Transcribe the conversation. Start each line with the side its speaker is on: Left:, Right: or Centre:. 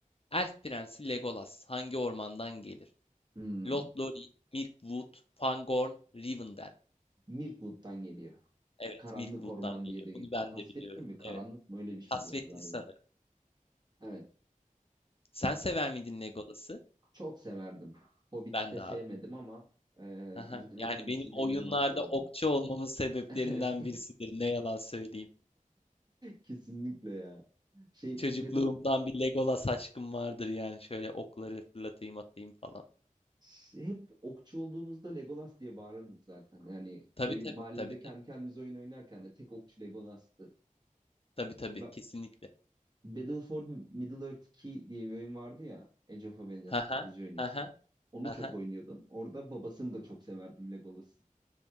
Left: Elf Prensi Legolas hangi ormandan gelir?
Right: Hmm.
Left: Lothlórien, Mirkwood, Fangorn, Rivendell.
Right: Mirkwood'dan geliyor.
Left: Evet,
Right: Karanlık
Left: Mirkwood'dan
Right: Orman
Left: geliyor.
Right: diye de
Left: Bunu ben
Right: kasvetli
Left: de biliyorum.
Right: mi karanlık
Left: Evet,
Right: mı öyle bir şey
Left: kasvetli
Right: diyordu galiba.
Left: sanırım.
Right: Evet.
Left: Sen sever miydin Legolas'ı?
Right: Çok severdim. Hobbit'te
Left: Ben de
Right: sevmedim
Left: abi.
Right: ama e,
Left: Aha,
Right: Yüzüklerin
Left: Yani
Right: Efendisi'ni
Left: benim
Right: de
Left: oyunlarda
Right: inanılmaz seviyordum.
Left: okçu olmamın sebeplerinden
Right: <laughs>
Left: birisidir. Ne yalan söyleyeyim.
Right: Kesinlikle ya. Şey
Left: Çocukluğumdan
Right: Battle
Left: bir Legolas aşkım vardır yani şöyle okları fırlatayım atayım falan.
Right: ş- hep okçu olduğumuzda Legolas diye bağırırdık zaten. Yani
Left: Tabii
Right: oyun
Left: tabii
Right: mahallede
Left: tabii
Right: kendi kendimize oyun oynarken de tek okçu Legolas'tı.
Left: Tabii tabii
Right: Ben,
Left: kesinlikle.
Right: Battle for Middle-earth 2 diye bir oyun vardı ya. Age of Avengers'a
Left: Hı
Right: strateji
Left: hı.
Right: oyunu işte.
Left: Hı hı.
Right: Onu
Left: Hı
Right: çok
Left: hı.
Right: oynuyordum. Orada babasını da çok severdim Legolas'ın.